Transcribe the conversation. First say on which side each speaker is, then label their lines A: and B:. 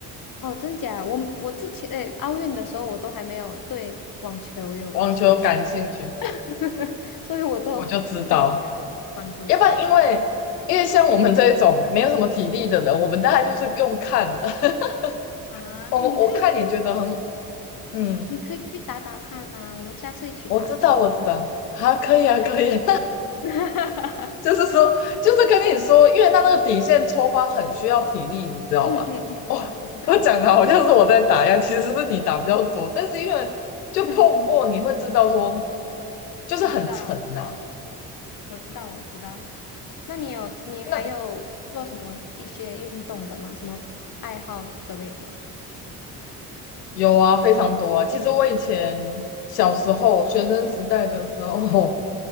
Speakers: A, on the left (about 45°); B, on the left (about 80°).
A: 哦，真假？我我之前诶，奥运的时候我都还没有对网球有兴趣，
B: 网球感兴趣。
A: <laughs> 所以我都没有就是关注他们。
B: 我就知道，要不然因为因为像我们这一种没有什么体力的人，我们大概就是用看的。<laughs>
A: 啊，
B: 我们我看也觉得很，
A: 你可以去，
B: 嗯，
A: 你可以去打打看啊，我们下次一起打就好。
B: 我知道，我知道，啊，
A: 嗯，
B: 可以啊，可以啊
A: <laughs> 嗯
B: <laughs> 就是说，就是跟你说，因为他那个底线抽发很需要体力，你知道吧？
A: 嗯嗯嗯，
B: 哦，
A: 我知道我知道，
B: 我讲的好像是我在打一样，其实是你打比较多，但是因为就碰过，
A: 嗯，
B: 你会知道说，就是很沉呐、
A: 我知道。我知道，我知道。那你有，你还有做什么一些运动的吗？
B: 那
A: 什么爱好之类的？
B: 有啊，非常多啊。其实我以前小时候学生时代的时候。
A: 嗯，